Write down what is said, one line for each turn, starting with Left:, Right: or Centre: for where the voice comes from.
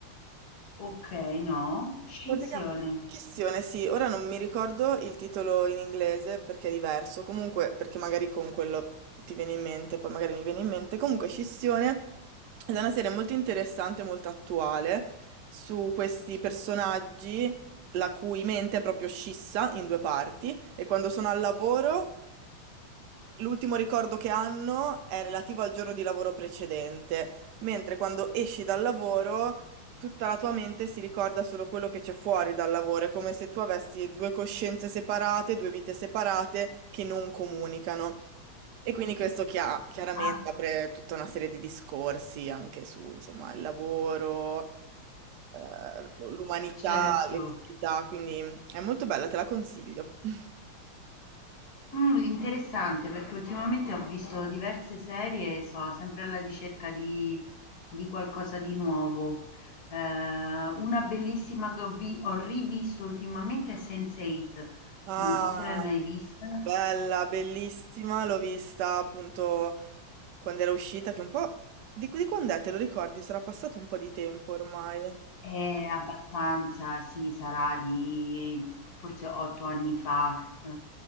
Left: Ok, no, scissione.
Right: Bottega Chissione, sì, ora non mi ricordo il titolo in inglese perché è diverso, comunque perché magari con quello ti viene in mente, poi magari mi viene in mente. Comunque Scissione ed è una serie molto interessante, molto attuale, su questi personaggi la cui mente è proprio scissa in due parti e quando sono al lavoro l'ultimo ricordo che hanno è relativo al giorno di lavoro precedente, mentre quando esci dal lavoro Tutta la tua mente si ricorda solo quello che c'è fuori dal lavoro, è come se tu avessi due coscienze separate, due vite separate che non comunicano. E quindi questo chia- chiaramente
Left: Ah,
Right: apre tutta una serie di discorsi anche su, insomma, il lavoro, eh, l'umanità,
Left: certo.
Right: l'eticità, quindi è molto bella, te la consiglio. <laughs>
Left: Mm, interessante perché ultimamente ho visto diverse serie e so sempre alla ricerca di, di qualcosa di nuovo. Eh, una bellissima che ho, vi- ho rivisto ultimamente è Sense8.
Right: Ah,
Left: Non so se l'hai mai vista.
Right: bella, bellissima, l'ho vista appunto quando era uscita, che un po'... Di, di quando è? Te lo ricordi? Sarà passato un po' di tempo ormai.
Left: Eh, abbastanza, sì, sarà di forse 8 anni fa, eh,